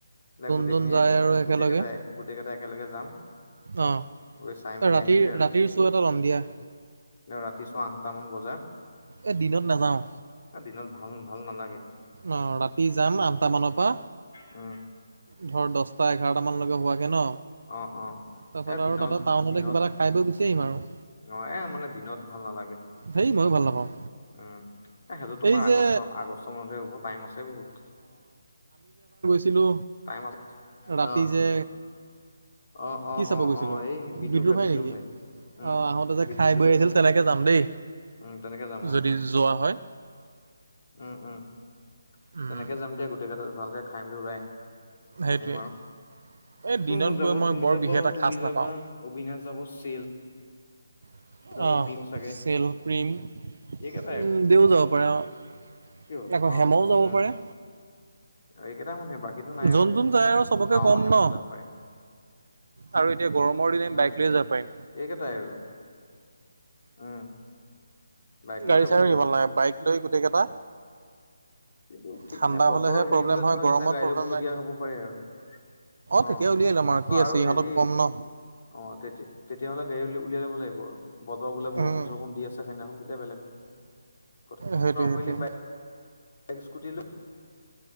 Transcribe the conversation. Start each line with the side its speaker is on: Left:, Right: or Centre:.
Left: এ গোটেইখিনি
Right: যোন যায় আৰু একেলগে
Left: গোটেই কেইটাই গোটেই কেইটাই একেলগে যাম।
Right: অ',
Left: গৈ চাই মেলি
Right: ৰাতিৰ
Left: আহিমগে আৰু।
Right: ৰাতিৰ চৌ এটা ল'ম দিয়া।
Left: ৰাতি চৌ আঠটা মান বজাৰ।
Right: এই দিনত নাযাওঁ
Left: দিনত ভাল ভাল নালাগে।
Right: অ ৰাতি যাম আঠটা মানৰ পৰা
Left: উম।
Right: ধৰ দহটা এঘাৰটামানলৈকে হোৱাকৈ ন।
Left: অ অ
Right: তাৰ পাছত
Left: এ দিনত
Right: আৰু তাতে টাউনতে
Left: দিনত
Right: কিবা এটা খাই বৈ গুচি আহিম আৰু।
Left: অ', এ মানে দিনত ভাল নালাগে।
Right: হেই ময়ো ভাল নাপাওঁ।
Left: উম। এ সেইটো তোমাৰ
Right: এই যে
Left: আগষ্ট আগষ্টৰ মানহে হ'ব টাইম আছে বহুত।
Right: কিন্তু
Left: টাইম আছে
Right: ৰাতি
Left: অ
Right: যে
Left: অ অ
Right: কি চাব
Left: অ
Right: গৈছিলা
Left: অ এই বিদুৰ
Right: বিদ্ৰোৰভাই
Left: ভাই বিদুৰ
Right: নেকি?
Left: ভাই
Right: অ',
Left: উম
Right: আহোতে যে
Left: বি
Right: খাই
Left: বিদুৰ
Right: বৈ
Left: ভাই
Right: আছিল
Left: চাইছিলো
Right: তেনেকে যাম দেই।
Left: উম তেনেকে যাম অ
Right: যদি যোৱা হয়।
Left: উম, উম
Right: উম
Left: তেনেকে যাম দিয়া গোটেই কেইটাত ভালকে খাই মেলি ওলাই আহিম।
Right: সেইটোৱেই।
Left: আৰু
Right: এই
Left: কোন
Right: দিনত
Left: কোন যাব
Right: গৈ মই
Left: তুমি
Right: বৰ
Left: যাব
Right: বিশেষ এটা
Left: তুমি
Right: খাচ
Left: যাবা
Right: নাপাওঁ।
Left: অবিনাশ যাব চেল
Right: অহ
Left: যাব প্ৰিয় চাগে
Right: <unintelligible> যাব
Left: এইকেইটাই
Right: পাৰে অ'।
Left: কি হ'ল
Right: আকৌ
Left: অ
Right: হেমৌও যাব
Left: উম
Right: পাৰে।
Left: এইকেইটা মানুহে বাকীটো নাই
Right: যোন
Left: আৰু
Right: যোন যায় আৰু চবকে
Left: অ
Right: কম
Left: অ হেমুজা
Right: ন
Left: পাৰে
Right: আৰু এতিয়া গৰমৰ দিনে আমি
Left: উম
Right: বাইক লৈ যাব পাৰিম।
Left: এইকেইটাই আৰু উম বাইক লৈ
Right: গাড়ী
Left: যাব
Right: চাৰীও
Left: লাগিব
Right: নিব নালাগে বাইক লৈ গোটেই কেইটা।
Left: কিন্তু ঠিক
Right: ঠাণ্ডা
Left: নাই বতৰ
Right: হ'লেহে
Left: হেৰি
Right: প্ৰব্লেম
Left: হ'লে
Right: হয়
Left: ধৰা তেতিয়া
Right: গৰমত
Left: গাড়ী
Right: প্ৰব্লেম
Left: ল'বলগীয়া
Right: নাই
Left: হ'ব পাৰে আৰু
Right: তেতিয়া
Left: অ
Right: উলিয়াই ল'ম কি
Left: অ
Right: আছে
Left: আৰু
Right: ইহঁতক
Left: হেৰি
Right: ক'ম ন
Left: অ', তেতিয়া তেতিয়াহ'লে গাড়ী উলিয়াই ল'ব লাগিব আৰু। বতৰ বো বৰষুণৰুণ
Right: উম
Left: দি আছে, সানদিনাখন তেতিয়া বেলেগ কথা
Right: সেইটোৱে
Left: ন, মলি
Right: সেইটোৱে
Left: বাই একগ স্কুটিলো